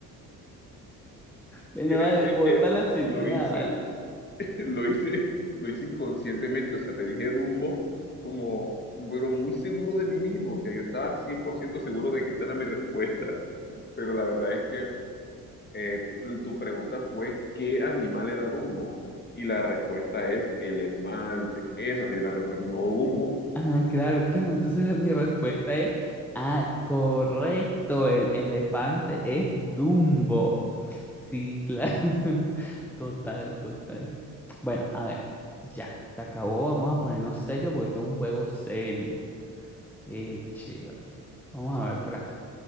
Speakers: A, in the centre; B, on the left.
A: Bueno,
B: créeme
A: vale, por
B: que
A: tal la seriedad,
B: lo hice
A: vale.
B: <laughs> Lo hice, lo hice inconscientemente, o sea, te dije Dumbo como, pero muy seguro de mí mismo, o sea, yo estaba 100% seguro de que esa era mi respuesta, <laughs> pero la verdad es que eh, tu, tu pregunta fue ¿qué animal era Dumbo? Y la respuesta es elefante, esa sí es la respuesta, no Dumbo.
A: Ah, claro, claro. Entonces la- mi respuesta es, ah, correcto, el elefante es Dumbo. Sí, claro. <laughs> Total, total. Bueno, a ver, ya, se acabó. Vamos a ponernos serio porque esto es un juego serio. Eche, vale. Vamos a ver por acá.